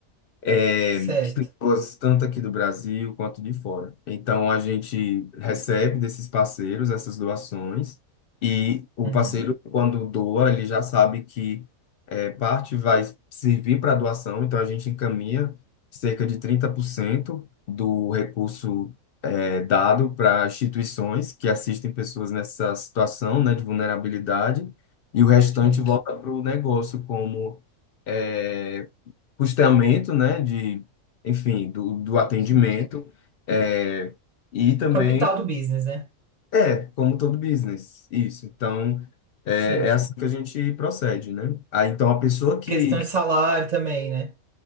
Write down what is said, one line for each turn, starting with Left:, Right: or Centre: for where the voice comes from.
Left: É,
Right: certo.
Left: pessoas, tanto aqui do Brasil quanto de fora. Então, a gente recebe desses parceiros essas doações e o
Right: Uhum,
Left: parceiro, quando doa, ele já sabe que eh, parte vai servir para doação, então a gente encaminha cerca de 30% do recurso eh, dado para instituições que assistem pessoas nessa situação, né, de vulnerabilidade, e o restante
Right: Sim,
Left: volta para o negócio como é, custeamento, né, de, enfim, do, do atendimento,
Right: sim.
Left: é, e também,
Right: Capital do business, né?
Left: é, como todo business, isso. Então, é,
Right: Sim.
Left: é assim que a gente procede, né? Aí, então, a pessoa que,
Right: Questão de salário também, né?